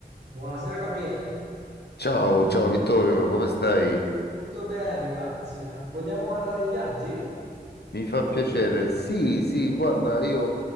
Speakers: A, on the right; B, on the left.
A: Buonasera Gabriele,
B: Ciao, ciao Vittorio, come stai?
A: tutto bene, grazie. Vogliamo parlare di viaggi?
B: Mi fa piacere. Sì, sì, guarda, io